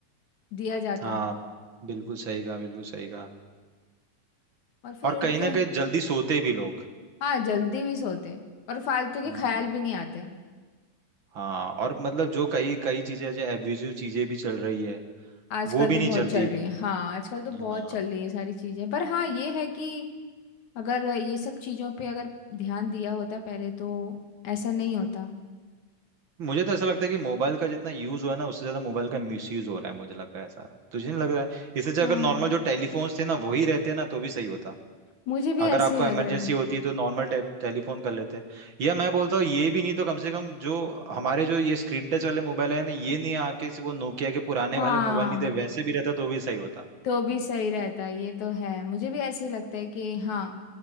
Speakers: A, on the left (about 65°); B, on the right (about 45°).
A: दिया जाता
B: हाँ बिल्कुल सही कहा बिल्कुल सही कहा
A: और फिर
B: और
A: उठ
B: कहीं
A: के
B: ना
A: हम्म,
B: कहीं जल्दी सोते भी लोग
A: हाँ जल्दी भी सोते और फालतू के
B: हम्म
A: ख्याल भी नहीं आते
B: हाँ और मतलब जो कई कई चीजें जो एब्यूजिव चीजें भी चल रही है
A: आजकल
B: वो भी
A: तो
B: नहीं
A: बहुत
B: चलती
A: चल
B: इतनी
A: रही है हाँ आजकल तो
B: हाँ
A: बहुत चल रही है सारी चीज़ें पर हाँ ये है कि अगर ये सब चीज़ों पे अगर ध्यान दिया होता पहले तो ऐसा नहीं होता
B: मुझे तो ऐसा लगता है कि मोबाइल का जितना यूज हुआ है ना उससे ज्यादा मोबाइल का मिसयूज हो रहा है मुझे लग रहा है ऐसा तुझे नहीं लग रहा है इससे अच्छा
A: हाँ
B: अगर नॉर्मल जो टेलीफोन्स थे ना वही रहते ना तो भी सही होता
A: मुझे भी
B: अगर
A: ऐसे
B: आपको
A: ही लग
B: इमरजेंसी
A: रहा है
B: होती है तो नॉर्मल टेलीफोन कर लेते या मैं बोलता हूँ ये भी नहीं तो कम से कम जो हमारे जो ये स्क्रीन टच वाले मोबाइल है ना ये नहीं आके सिर्फ वो नोकिया के पुराने
A: हाँ
B: वाले मोबाइल नहीं थे वैसे भी रहता तो भी सही होता
A: तो भी सही रहता ये तो है मुझे भी ऐसे ही लगता है कि हाँ